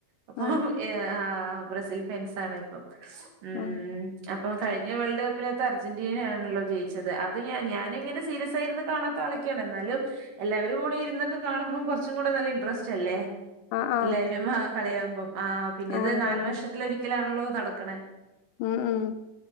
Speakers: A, on the right (about 70°); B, on the left (about 75°).
A: അപ്പം
B: ആഹ്
A: ഏഹ് ആഹ് ബ്രസീൽ ഫെൻസ് ആണ് ഇപ്പം ഉം
B: ആഹ്
A: അഹ് അപ്പം കഴിഞ്ഞ വേൾഡ് കപ്പിനകത്ത് അർജന്റീന ആണല്ലോ ജയിച്ചത് അത് ഞ ഞാനും ഇങ്ങനെ സീരിയസ് ആയിരുന്നുന്ന് കാണത്ത ആളക്കെയാണ് എന്നാലും എല്ലാവരും കൂടെ ഇരുന്നൊക്കെ കാണുമ്പോ കൊറച്ചും കൂടെ നല്ല ഇൻട്രസ്റ്റ് റ്റല്ലേ
B: ആഹ് ആഹ്
A: എല്ലാരും വാ കളയാമ്പോം. ആ പിന്ന
B: ആഹ്
A: ഇത് നാല്
B: കളിയാണ്
A: വർഷത്തി ഒരിക്കലാണല്ലോ നട ക്കണെ
B: ഉം ഉം.